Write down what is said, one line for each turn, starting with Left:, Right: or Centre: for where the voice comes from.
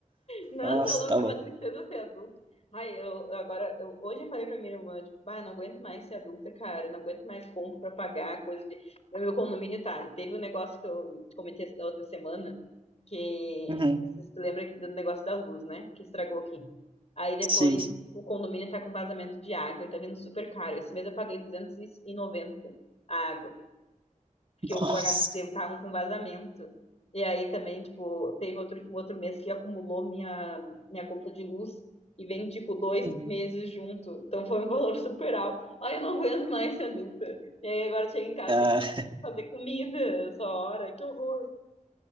Left: Não,
Right: Nossa,
Left: tá louco,
Right: tá louco.
Left: é uma tristeza ser adulto. Ai, eu agora, eu- hoje eu falei pra minha irmã, tipo, vai, não aguento mais ser adulta, cara, não aguento mais conta pra pagar, coisa de. No meu condomínio tá. Teve um negócio que eu te comentei essa- da outra semana, que
Right: Uhum.
Left: você se lembra que- do negócio da luz, né? Que estragou aqui. Aí depois
Right: Sim, sim.
Left: o condomínio tá com vazamento de água e tá vindo super caro. Esse mês eu paguei duzentos e noventa a que eu
Right: Nossa.
Left: aga- estavam com vazamento. E aí também, tipo, teve outro, um outro mês que acumulou minha, minha conta de luz e vem, tipo, dois
Right: Uhum.
Left: meses junto. Então foi um valor super alto. Ai, eu não aguento mais ser adulta. E aí agora chega em casa,
Right: Ah,
Left: tem que fazer comida essa hora. Que horror.